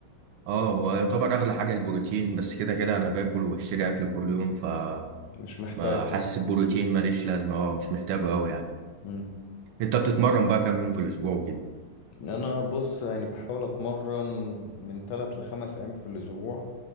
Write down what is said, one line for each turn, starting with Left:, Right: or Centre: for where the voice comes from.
Right: اه هو يعتبر أغلى حاجة البروتين بس كده كده أنا باكل وبشتري أكل كل يوم ف
Left: مش محتاج
Right: ما حاسس البروتين ماليش لازمة اه مش محتاجه أوي يعني
Left: اه
Right: أنت بتتمرن بقى كام يوم في الأسبوع وكده
Left: ان انا بص يعني بحاول اتمرن من ثلاث لخمس ايام في الاسبوع